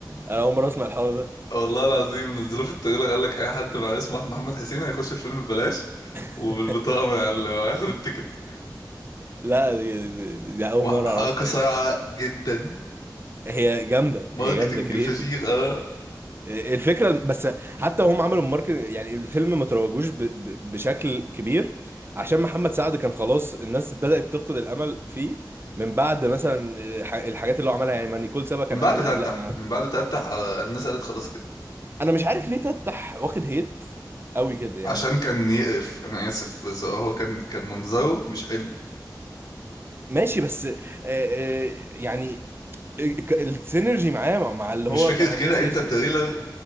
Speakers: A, on the right (about 30°); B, on the left (about 80°).
A: انا اول مره اسمع الحوار ده
B: والله العظيم نزلوه في التغيير قال لك اي حد مع اسمه محمد حسين هيخش الفيلم ببلاش وبالبطاقه
A: <laughs>
B: من على هياخد التيكت
A: لا دي, دي, دي اول
B: وحركه
A: مره اعرفها
B: صايعه جدا
A: هي جامده
B: ماركتنج
A: هي جامده كرييتيف
B: فشيخ اه
A: الفكره بس حتى هم عملوا الماركت يعني الفيلم ما تروجوش ب... ب... بشكل كبير عشان محمد سعد كان خلاص الناس بدات تفقد الامل فيه من بعد مثلا الح- الحاجات اللي هو عملها يعني ما نيكول سابا كان
B: من بعد
A: عامل
B: تفتح
A: قبل مع
B: من بعد تفتح على الناس قالت خلاص كده
A: انا مش عارف ليه تفتح واخد هيت قوي كده يعني
B: عشان كان يقرف انا اسف بس هو كان كان منظره مش حلو
A: ماشي بس آه، آه، يعني آه، ك- السينرجي معاه مع مع اللي
B: مش
A: هو
B: فكره
A: كان انا
B: كده
A: ناسي
B: انت
A: اسمه
B: التريلر